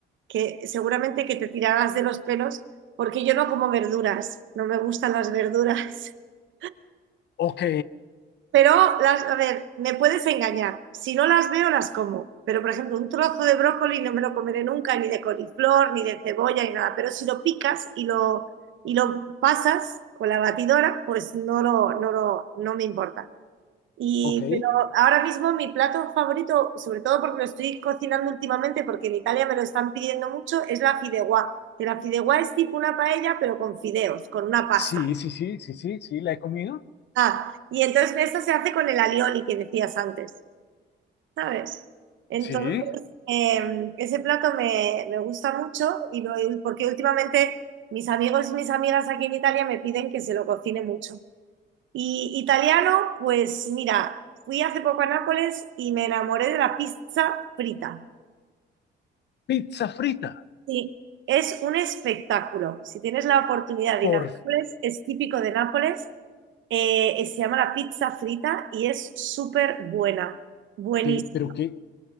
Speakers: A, on the right; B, on the left.
A: que seguramente que te tirarás de los pelos, porque yo no como verduras, no me gustan las verduras. <laughs>
B: Ok,
A: Pero, las, a ver, me puedes engañar. Si no las veo, las como. Pero, por ejemplo, un trozo de brócoli no me lo comeré nunca, ni de coliflor, ni de cebolla, ni nada. Pero si lo picas y lo, y lo pasas con la batidora, pues no, lo, no, lo, no me importa. Y,
B: ok.
A: pero ahora mismo mi plato favorito, sobre todo porque lo estoy cocinando últimamente, porque en Italia me lo están pidiendo mucho, es la fideuá. Que la fideuá es tipo una paella, pero con fideos, con una pasta.
B: Sí, sí, sí, sí, sí, sí, la he comido.
A: Ah, y entonces esto se hace con el alioli que decías antes. ¿sabes? Entonces,
B: Sí.
A: eh, ese plato me, me gusta mucho y lo, porque últimamente mis amigos y mis amigas aquí en Italia me piden que se lo cocine mucho. Y italiano, pues mira, fui hace poco a Nápoles y me enamoré de la pizza frita.
B: Pizza frita.
A: Sí, es un espectáculo. Si tienes la oportunidad de
B: ¿Por
A: ir a Nápoles, es típico de Nápoles. eh, eh, se llama la pizza frita y es súper buena, buenísima.
B: qué? ¿Pero qué,